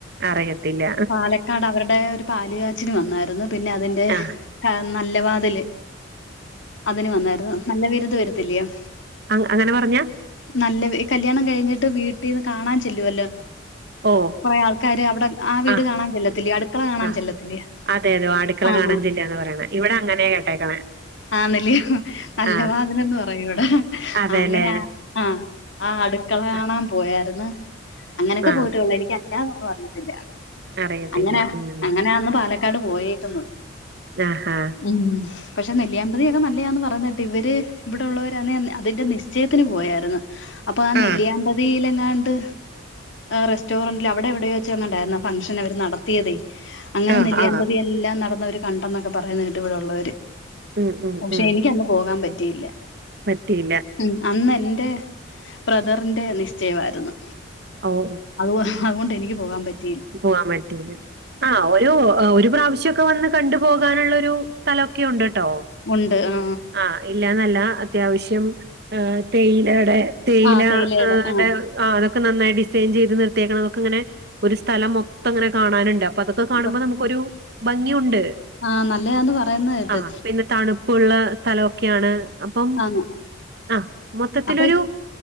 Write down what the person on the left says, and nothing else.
പാലക്കാട് അവരുടെ ഒരു പാലുകാച്ചിൻ വന്നായിരുന്നു പിന്നെ അതിന്റെ
ആ നല്ല വാതില് അതിന് വന്നായിരുന്നു നല്ല വിരുത് വരത്തില്ലയോ.
നല്ല ഈ കല്യാണം കഴിഞ്ഞിട്ട് വീട്ടിന്ന് നിന്ന് കാണാൻ ചെല്ലുവല്ലോ.
കുറെേ ആൾക്കാര് അവിടെ ആ വീട്
കാണാൻ ചെല്ലതിലയോ അടുക്കള കാണാൻ
ചെല്ലത്തില്ലേ
ആ
ആ,
ആണ് ല്ലേ നല്ല
വാതിലന്ന് പറയും ഇവിടെ
അങ്ങനെ ആഹ് ആ അടുക്കള കാണാൻ
പോയാര്ന്ന് അങ്ങനൊക്കെ
പോയിട്ടുള്ള എനിക്ക് അല്ല അതൊന്നും അറിയത്തില്ല
അങ്ങനെ
അങ്ങനെയന്ന് പാലക്കാട് പോയെക്ക്ന്ന്.
ഉം പക്ഷെ നെല്ലിയാമ്പതി ഒക്കെ നല്ലയാന്ന് പറയഞ്ഞിട്ട് ഇവര് ഇവിടെ ഒള്ളവര് അന്നെ അതിന്റെ നിശ്ചയത്തിന് പോയായിരുന്നു അപ്പ ആ നെല്ലിയാമ്പതിയില്
എങ്ങാണ്ട് റെസ്റ്റോറന്റ് ഇല്ല അവിടെ എവിടെയോ വെച്ച് എങ്ങാണ്ട് ആയിരുന്നു ഫംഗ്ഷൻ അവര് നടത്തിയതേ അങ്ങനെ
നെല്ലിയാമ്പതി
എല്ലാം നടന്ന് അവര് കണ്ടന്നൊക്കെ പറയുന്ന കേട്ട് ഇവിടെ ഒള്ളവര്
പക്ഷെ
എനിക്ക് അന്ന് പോകാൻ പറ്റിയില്ല
ഉ അന്ന് എന്റെ ബ്രദറിന്റെ നിശ്ചയമായിരുന്നു
അത് അതുകൊണ്ട് എനിക്ക് പോകാൻ പറ്റി
ഉണ്ട് ആ
ആ തേയിലയുടെ ആ
അപ്പൊ
ആ നല്ലതാന്ന് പറയുന്ന കേട്ട്
ആന്ന്
അപ്പൊ